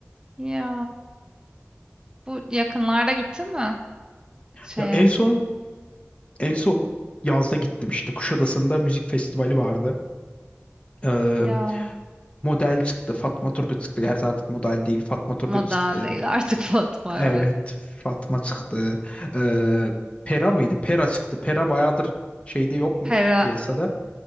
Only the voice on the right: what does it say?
Ya. Bu yakınlarda gittin mi şeye?
Ya
model
değil artık <laughs> Fatma
evet.
Pera